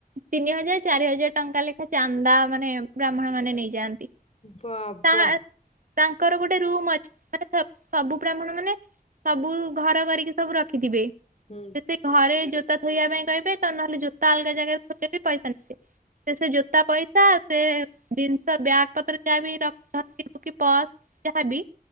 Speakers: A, on the right (about 60°); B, on the left (about 45°).
A: ତିନି ହଜାର, ଚାରି ହଜାର ଟଙ୍କା ଲେଖା ଚାନ୍ଦା ମାନେ ବ୍ରାହ୍ମଣ ମାନେ ନେଇଯାଆନ୍ତି।
B: ବା
A: ତାହା
B: ବା।
A: ତାଙ୍କର ଗୋଟେ ରୁମ ଅଛି ମାନେ ସବୁ ବ୍ରାହ୍ମଣ ମାନେ ସବୁ ଘର କରିକି କି ସବୁ ରଖିଥିବେ।
B: ହୁଁ।
A: ସେ ସେ ଘରେ ଜୋତା ଥୋଇବା ପାଇଁ କହିବେ ତ ନହେଲେ ଜୋତା ଅଲଗା ଜାଗାରେ ଥୋଇଲେ ବି ପଇସା ନେବେ। ସେ ସେ ଜୋତା ପଇସା ସେ ଜିନିଷ ବ୍ୟାଗ୍ ପତ୍ର ଯାହା ବି ରଖି କି ପସ ଯହାବି